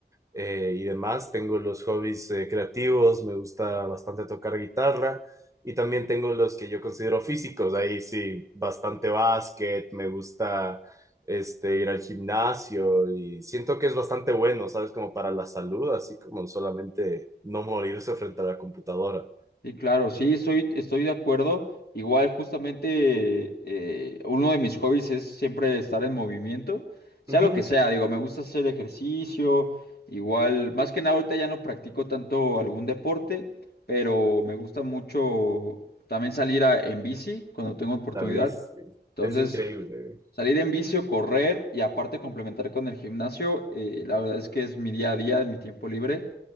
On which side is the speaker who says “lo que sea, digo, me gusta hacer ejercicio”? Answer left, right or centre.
Left